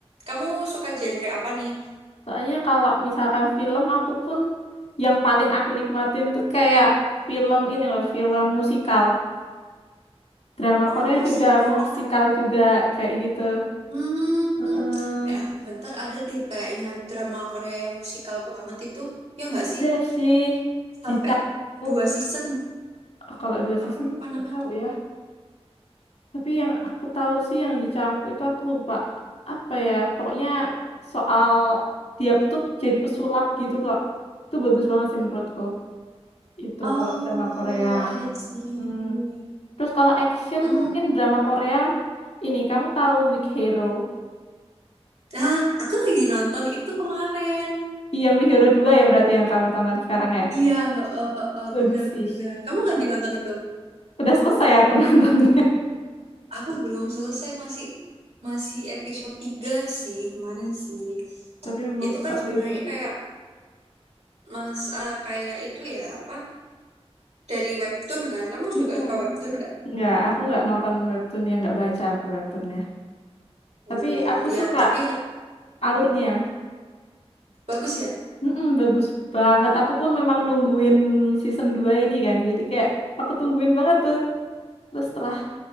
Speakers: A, on the right; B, on the left.
A: kamu suka genre apa nih?
B: Soalnya kalau misalkan film aku pun yang paling aku nikmatin tuh kayak film ini loh, film musikal. Drama
A: Oh,
B: Korea
A: musikal.
B: juga musikal juga kayak gitu.
A: Hmm,
B: Heeh.
A: eh bentar ada deh kayaknya drama Korea yang musikal banget itu. Ya nggak
B: Ada
A: sih?
B: sih
A: Sampai
B: Jicangkook
A: dua season.
B: Oh, kalau dua season
A: Aku lupa
B: nggak
A: namanya.
B: tahu ya. Tapi yang aku tahu sih yang Jicangkook itu aku lupa apa ya. Pokoknya soal dia tuh jadi pesulap gitu kok. Itu bagus banget sih menurutku. Itu
A: Oh,
B: kalau drama Korea.
A: I see.
B: Hmm. Terus kalau action
A: Hmm.
B: mungkin drama Korea ini kamu tahu Weak Hero?
A: Ah, aku lagi nonton itu kemarin.
B: Ih, Yang Weak Hero 2 ya berarti yang kamu tonton sekarang ya.
A: Iya, heeh, heeh,
B: Bagus
A: bener-bener.
B: sih.
A: Kamu lagi nonton itu?
B: Udah selesai aku <laughs> nontonnya.
A: Aku belum selesai, masih masih episode 3 sih kemarin sih.
B: Tapi memang
A: Itu
B: seseru
A: kan sebenarnya
B: itu sih.
A: kayak Mas, eh, kayak itu ya, apa? Dari webtoon kan? Kamu
B: Mm-mm.
A: juga suka webtoon nggak?
B: Nggak, aku nggak nonton webtoonnya, nggak baca aku webtoonnya. Tapi
A: Eh,
B: aku
A: ya,
B: suka
A: tapi ha-
B: alurnya.
A: bagus ya.
B: Mm-mm, bagus banget. Aku pun memang nungguin season 2 ini kan. Jadi kayak aku tungguin banget tuh. Terus setelah